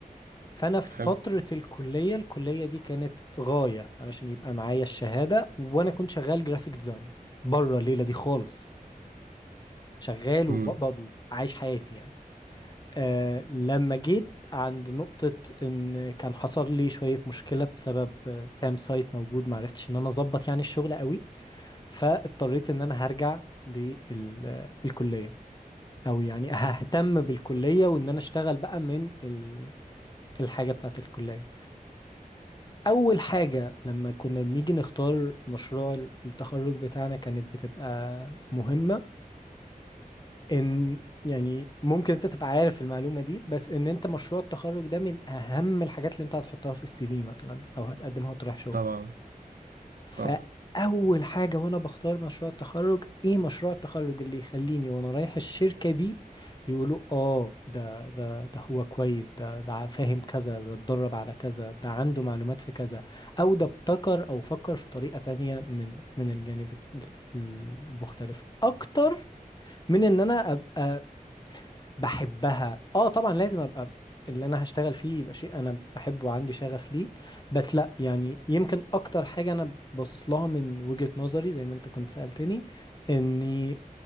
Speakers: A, on the left; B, on the right.
A: فانا في
B: حلو
A: فتره الكليه الكليه دي كانت غايه علشان يبقى معايا الشهاده وانا كنت شغال جرافيك ديزاينر بره الليله دي خالص شغال
B: امم
A: وبقبض وعايش حياتي يعني آه لما جيت عند نقطة إن كان حصل لي شوية مشكلة بسبب آه، كام سايت موجود معرفتش إن أنا أظبط يعني الشغل قوي فاضطريت إن أنا هرجع للكلية أو يعني ههتم بالكلية وإن أنا أشتغل بقى من ال- الحاجة بتاعة الكلية أول حاجة لما كنا بنيجي نختار مشروع ال- التخرج بتاعنا كانت بتبقى مهمة ان يعني ممكن انت تبقى عارف المعلومة دي بس ان انت مشروع التخرج ده من اهم الحاجات اللي انت هتحطها في السي في مثلا او هتقدمها وتروح شغل
B: طبعا
A: فاول
B: طبعا
A: حاجة وانا بختار مشروع التخرج ايه مشروع التخرج اللي يخليني وانا رايح الشركة دي يقولوا اه ده ده ده هو كويس ده ده فاهم كذا ده اتدرب على كذا ده عنده معلومات في كذا او ده ابتكر او فكر في طريقة تانية من من الجانب المختلف اكتر من ان انا ابقى بحبها اه طبعا لازم ابقى اللي انا هشتغل فيه يبقى شيء انا بحبه وعندي شغف ليه بس لا يعني يمكن اكتر حاجة انا باصص لها من وجهة نظري زي ما انت كنت سألتني اني